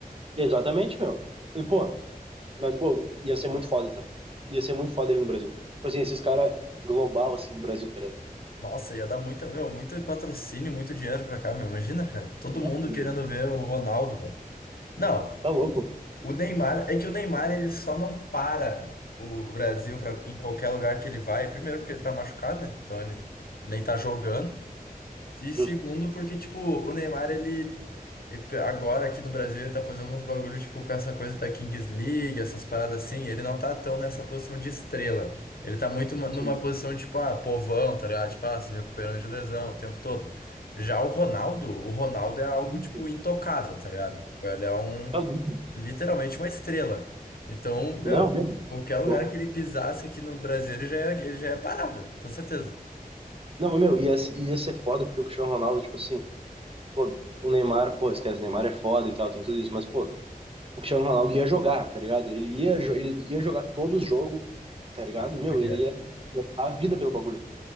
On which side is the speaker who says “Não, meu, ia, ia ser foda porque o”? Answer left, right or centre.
Right